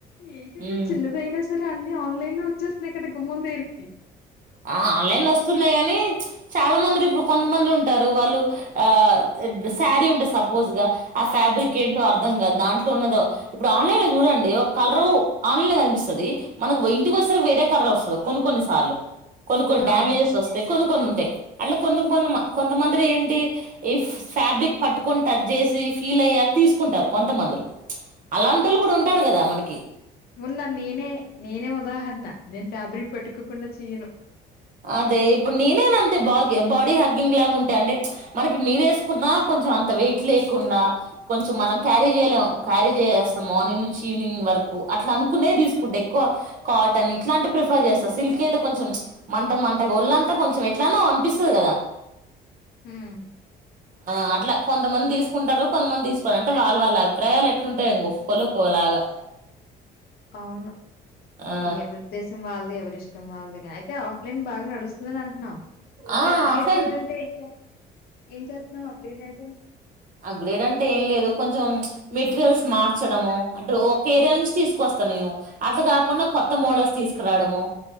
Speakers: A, on the left; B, on the right.
A: ఏదైన్న
B: ఉమ్.
A: చిన్నదైన సరే అన్ని ఆన్లైన్ లో వచ్చేస్తున్నాయి కదా గుమ్మం దేరికి
B: ఆ ఆన్లైన్ లో వస్తున్నాయి గాని చాలా మందిరు ఇప్పుడు కొంతమంది ఉంటారు వాళ్ళు ఆ శారీ ఉంటే సపోజ్గా ఆ ఫ్యాబ్రిక్ ఏంటో అర్ దాన్ దాంట్లో ఉన్నదో ఇప్పుడు ఆన్లైన్ లో చూడండి ఒక కలరు ఆన్లైన్ లో కనిపిస్తది మనకు ఇంటికి వేరే కలర్ వస్తుంది కొన్ని కొన్ని సార్లు కొన్ని కొన్ని
A: ఆ
B: డ్యామేజెస్ వస్తే కొను కొన్ని ఉంటాయి అట్లా కొన్ని కొన్ని కొంతమంది ఏంటి ఈ ఫ్యాబ్రిక్ పట్టుకొని టచ్ చేసి ఫీల్ అయ్యాక తీసుకుంటారు కొంతమందరు అలాంటి వాళ్ళు కూడా ఉంటారు కదా మనకి
A: ఉన్నా నేనే నేనే ఉదాహరణ నేను ఫాబ్రిక్ పట్టుకోకుండ తీయను
B: అదే ఇప్పుడు నేనేను అంతే బా బాడీ హగ్గింగ్ లాగా ఉంటా అండి మనకి మీరు వేసుకున్నా కొ కొంచం అంత వెయిట్ లేకుండా కొంచెం మనం క్యారీ చేయలేం క్యారీ చేయాలస్తాం మార్నింగ్ నుంచి ఈవినింగ్ వరకు అట్లా అనుకునే తీసుకుంటా ఎక్కువ కాటన్ ఇట్లాంటి ప్రిఫర్ చేస్తా సిల్క్ అయితే కొంచెం మంట మంటగా ఒళ్ళంతా కొంచెం ఎట్లానో అనిపిస్తది కదా
A: హ్మ్
B: ఆ అట్లా కొంతమంది తీసుకుంటారు కొంతమంది తీసుకోవాల అంటే వాళ్ళ వాళ్ళ అభిప్రాయాలు ఎట్లుంటాయి ఇంకొక్కలు ఒక్కలాగా
A: అవును
B: ఆ
A: ఎవరుద్దేశం వాళ్ళది ఎవరిష్టం వాళ్ళది అయితే లేని బాగా నడుస్తుందని అంటున్నావు ఇంకా
B: ఆ
A: అప్గ్రేడ్
B: ఫ్రెండ్
A: చేయాలంటే ఏం ఏం చేస్తున్నావు అప్గ్రేడ్ ఏంటి
B: ఆ గ్రేడ్ అంటే ఏం లేదు కొంచెం మెటీరియల్స్ మార్చడము అంటే ఒక ఏరియా నుంచి తీసుకొస్ త నేను అట్లా కాకుండా కొత్త మోడల్స్ తీసుకురావడము